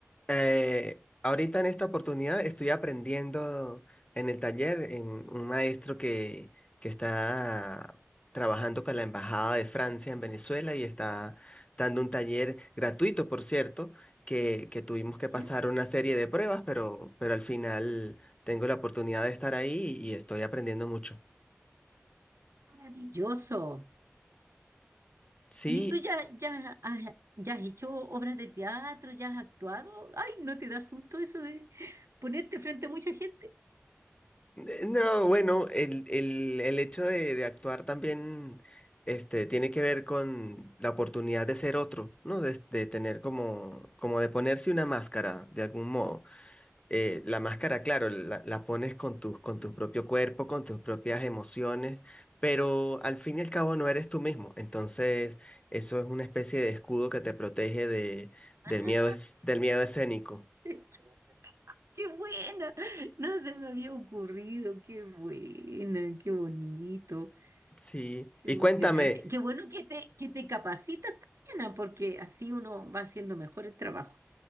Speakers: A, on the left (about 25°); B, on the right (about 80°).
A: Eh, ahorita en esta oportunidad estoy aprendiendo en el taller en un maestro que, que está trabajando con la Embajada de Francia en Venezuela y está dando un taller gratuito, por cierto, que, que tuvimos que
B: Mm,
A: pasar una serie de pruebas, pero, pero al final tengo la oportunidad de estar ahí y y estoy aprendiendo mucho.
B: Maravilloso.
A: Sí,
B: ¿Y tú ya, ya, has, ya has hecho obras de teatro? ¿Ya has actuado? Ay, ¿no te da susto eso de ponerte frente a mucha gente?
A: Eh, No, bueno, el, el, el hecho de, de actuar también este, tiene que ver con la oportunidad de ser otro, ¿no? De, de tener como, como de ponerse una máscara de algún modo. Eh, la máscara, claro, la, la pones con tus, con tu propio cuerpo, con tus propias emociones, pero al fin y al cabo no eres tú mismo. Entonces, eso es una especie de escudo que te protege de, del
B: Ah,
A: miedo, es- del miedo escénico.
B: <laughs> ¡Qué buena! No se me había ocurrido, qué buena, qué bonito.
A: Sí.
B: Qué
A: Y
B: emocionante.
A: cuéntame.
B: Qué bueno que te, que te capacitas también, ah, porque así uno va haciendo mejor el trabajo.